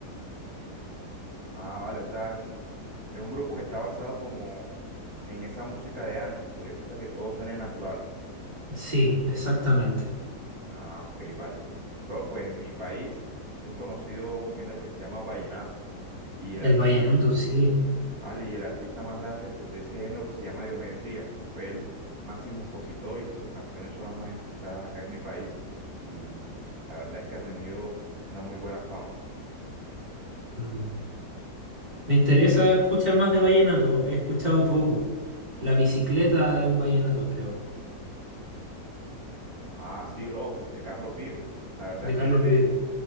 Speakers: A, on the right; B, on the right.
A: Ah, vale, o sea, es un, es un grupo que está basado como en esa música de antes, que le gusta que todo suene natural.
B: Sí, exactamente.
A: Ah, ok, vale. Bro, pues en mi país, muy conocido un género que se llama vallenato, y el
B: El
A: artista,
B: vallenato, sí.
A: vale, y el artista más grande, pues, de ese género se llama Diomedes Díaz, fue el máximo expositor y sus canciones son las más escuchadas acá en mi país, y la verdad es que ha tenido una muy buena fama.
B: Mm. Me interesa escuchar más de vallenato. He escuchado poco. La bicicleta es un vallenato, creo,
A: Ah, sí, bro, de Carlos Vives. La verdad
B: de
A: es
B: Carlos
A: que él es de
B: Vives.